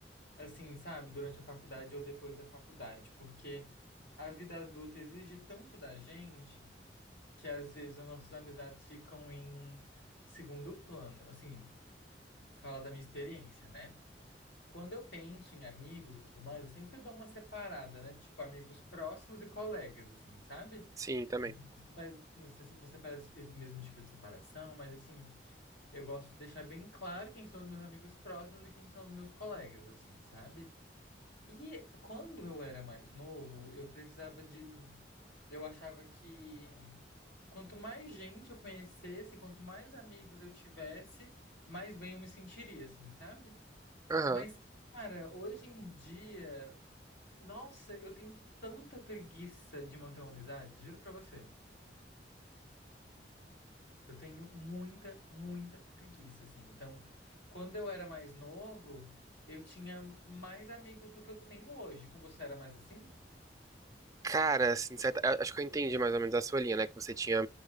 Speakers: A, on the left; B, on the right.
A: assim, sabe, durante a faculdade ou depois da faculdade, porque a vida adulta exige tanto da gente que às vezes as nossas amizades ficam em segundo plano. Assim, falar da minha experiência, né? Quando eu penso em amigos e tudo mais, eu sempre dou uma separada, né? Tipo, amigos próximos e colegas, assim, sabe?
B: Sim, também.
A: Você faz, não sei se você faz esse mesmo tipo de separação, mas assim, Eu gosto de deixar bem claro quem são os meus amigos próximos e quem são os meus colegas, assim, sabe? E quando eu era mais novo, eu precisava de. Eu achava que quanto mais gente eu conhecesse, quanto mais amigos eu tivesse, mais bem eu me sentiria, assim, sabe?
B: Aham.
A: Mas, cara, hoje em dia, nossa, eu tenho tanta preguiça de manter uma amizade, juro pra você. Eu tenho muita, muita preguiça, assim. Então, quando eu era mais novo, eu tinha mais amigos do que eu tenho hoje. Com você era mais assim?
B: Cara, assim, de certa- a- acho que eu entendi mais ou menos a sua linha, né? Que você tinha.